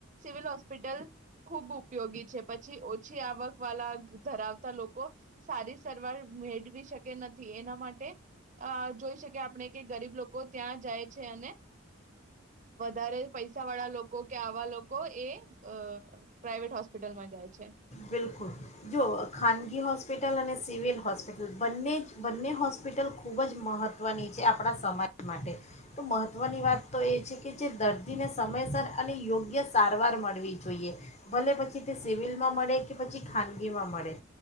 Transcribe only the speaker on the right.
સિવિલ હોસ્પિટલ ખૂબ ઉપયોગી છે. પછી ઓછી આવક વાલા ધરાવતા લોકો સારી સારવાર મેળવી શકે નથી એના માટે આ <unintelligible> જોઈ શકીએ આપણે કે ગરીબ લોકો ત્યાં જાય છે અને વધારે પૈસાવાળા લોકો કે આવા લોકો એ અઅ પ્રાઈવેટ હોસ્પિટલમાં જાય છે.